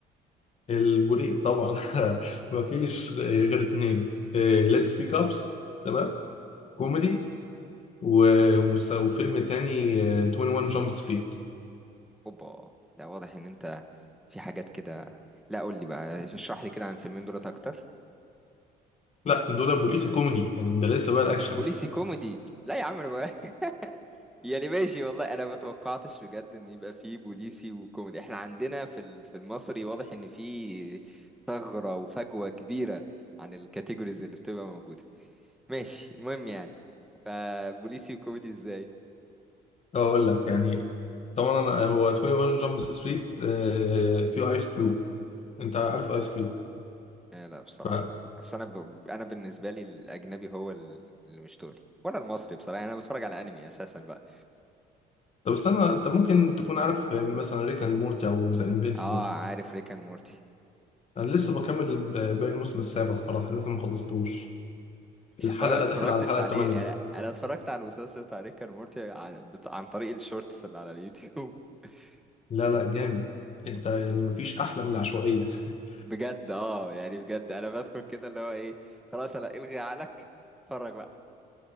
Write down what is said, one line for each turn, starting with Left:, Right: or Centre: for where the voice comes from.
Left: البوليق طبعا <laughs> مفيش غير اتنين ليتس سبيك ابس تمام كوميدي ومس- وفيلم تاني آه، 21 جامب ستريت
Centre: اوبا لا واضح ان انت في حاجات كده لا قول لي بقى اشرح لي كده عن الفيلمين دولت اكتر
Left: لا دول بوليس كوميدي يعني ده لسه بقى الاكشن
Centre: بوليسي
Left: <laughs>
Centre: كوميدي لا يا عم انا بقى <laughs> يعني ماشي والله انا ما توقعتش بجد ان يبقى في بوليسي وكوميدي احنا عندنا في ال- في المصري واضح ان في ثغرة وفجوة كبيرة عن الكاتيجوريز اللي بتبقى موجودة ماشي المهم يعني فبوليسي وكوميدي ازاي
Left: اقول لك يعني طبعا أنا هو 21 جامب ستريت فيه ايس كيوب انت عارف ايس كيوب
Centre: آه، لا بصراحة
Left: ف آه،
Centre: أصل أنا ب... أنا بالنسبة لي الأجنبي هو ال- اللي مش تقلي ولا المصري بصراحة أنا بتفرج على أنمي أساسا بقى
Left: طب استنى انت ممكن تكون عارف آه، مثلا ريك اند مورتي او ذا انفينسيبل
Centre: اه عارف ريكان مورتي
Left: انا لسه بكمل آه، باقي الموسم السابع الصراحه لسه ما خلصتوش الحلقة
Centre: هو انا ما اتفرجتش
Left: داخل على الحلقة
Centre: عليه
Left: التمانية
Centre: يعني انا اتفرجت على المسلسل بتاع ريكان مورتي عن, بت- عن طريق الشورتس اللي على اليوتيوب <laughs>
Left: لا لا جامد انت يعني مفيش احلى من العشوائية <laughs>
Centre: بجد اه يعني بجد انا بدخل كده اللي هو ايه خلاص انا الغي عقلك اتفرج بقى